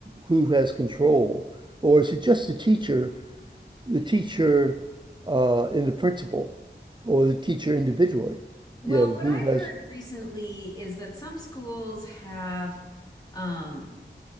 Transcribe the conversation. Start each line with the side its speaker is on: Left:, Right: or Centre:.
Right: who has control? Or is it just the teacher, the teacher uh, and the principal, or the teacher individually?
Left: Well,
Right: You know,
Left: what
Right: who
Left: I've
Right: has,
Left: heard recently is that some schools have um,